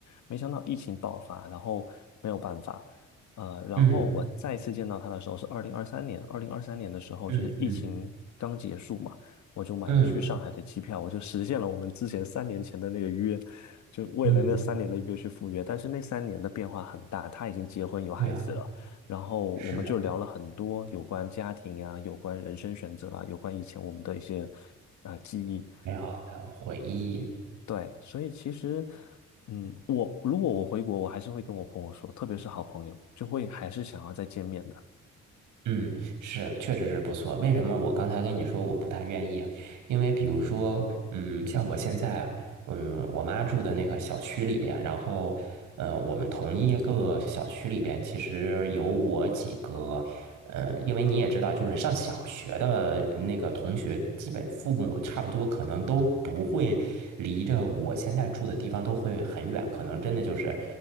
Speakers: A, on the left; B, on the right.
A: 没想到疫情爆发，然后没有办法，呃，然后我再次见到他的时候是二零二三年，
B: 嗯
A: 二零二三年的时候就是疫情刚结束嘛，
B: 嗯嗯
A: 我就买了去上海的机票，
B: 嗯
A: 我就实现了我们之前三年前的那个约。就为了那三年的约去赴约，
B: 嗯，
A: 但是那三年的变化很大，他已经结婚有孩子了，
B: 美好
A: 然后我们就聊了很多有关家庭啊、
B: 是
A: 有关人生选择啊、有关以前我们的一些呃记忆，
B: 美好的回忆，
A: 对，所以其实，嗯，我如果我回国，我还是会跟我朋友说，特别是好朋友，就会还是想要再见面的。
B: 嗯是确实是不错。为什么我刚才跟你说我不太愿意？因为比如说，嗯，像我现在，嗯，我妈住的那个小区里边，然后，呃，我们同一个小区里边，其实有我几个，呃，因为你也知道，就是上小学的那个同学，基本父母差不多可能都不会离着我现在住的地方都会很远，可能真的就是，